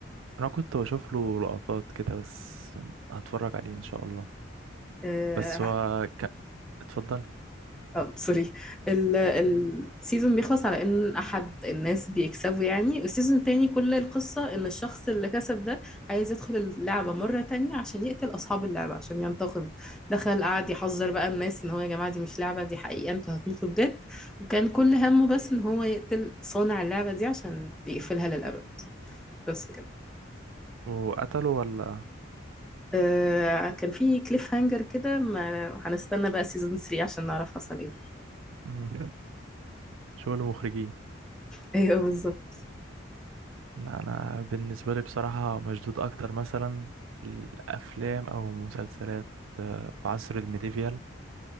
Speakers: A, on the right; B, in the centre.
A: انا كنت بشوف له لقطات كده بس هتفرج عليه ان شاء الله
B: آه،
A: بس هو ك... اتفضلي
B: اه سوري ال- ال- السيزون بيخلص على ان احد الناس بيكسبوا يعني السيزون التاني كل القصة ان الشخص اللي كسب ده عايز يدخل اللعبة مرة تانية عشان يقتل اصحاب اللعبة عشان ينتقم دخل قعد يحذر بقى الناس ان هو يا جماعة دي مش لعبة دي حقيقة انتوا هتموتوا بجد وكان كل همه بس ان هو يقتل صانع اللعبة دي عشان يقفلها للأبد بس كده
A: وقتله ولا
B: آه كان في كليف هانجر كده ما هنستنى بقى سيزون 3 عشان نعرف حصل ايه
A: أمم، شغل مخرجين
B: <laughs> ايوه بالظبط
A: لا انا بالنسبه لي بصراحه مشدود اكتر مثلا الافلام او مسلسلات آه، في عصر الميديفيال